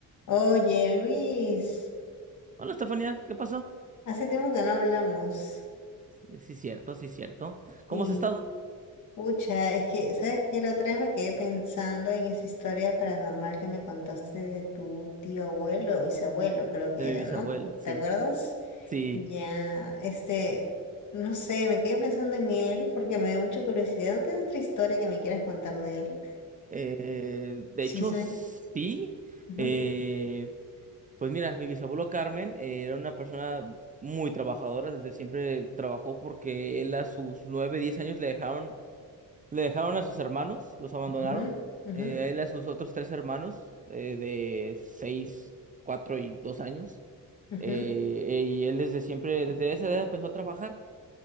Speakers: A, on the left; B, on the right.
A: Oye, Luis,
B: Hola, Estefanía, ¿qué pasó?
A: hace tiempo que no hablamos
B: Sí, sí, cierto, sí, cierto. ¿Cómo
A: y,
B: has estado?
A: pucha, es que, ¿sabes qué? La otra vez me quedé pensando en esa historia paranormal que me contaste de tu tío abuelo o bisabuelo, creo
B: De
A: que
B: mi
A: era,
B: bisabuelo,
A: ¿no?
B: sí,
A: ¿Te acuerdas?
B: sí.
A: Ya, este, no sé, me quedé pensando en él porque me dio mucha curiosidad. ¿No tienes otra historia que me quieras contar de él?
B: Eh,
A: <laughs>
B: de
A: Chisme.
B: hecho, sí.
A: Ujú,
B: Eh, pues mira, mi bisabuelo Carmen eh, era una persona muy trabajadora, desde siempre trabajó porque él a sus nueve, diez años le dejaron, le dejaron a sus hermanos, los abandonaron.
A: ujú, ujú,
B: Eh, a él y a sus otros tres hermanos eh, de seis, cuatro y dos años.
A: ujú.
B: Eh, y él desde siempre, desde esa edad empezó a trabajar.